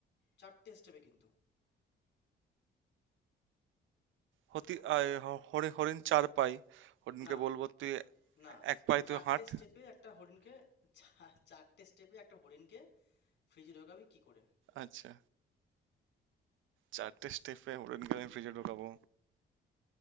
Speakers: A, on the left; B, on the right.
A: চারটে স্টেপে কিন্তু
B: হতি
A: বল
B: আয়, হ- হরি- হরিণ চার পাই হরিণকে
A: না
B: বলবো তুই
A: না
B: এক পায়ে
A: চারটে
B: তুই হাঁট
A: স্টেপে একটা হরিণকে চা- চারটে স্টেপে একটা হরিণকে ফ্রিজে ঢোকাবি কি করে
B: আচ্ছা চারটে স্টেপে হরিণকে আমি ফ্রিজে ঢোকাবো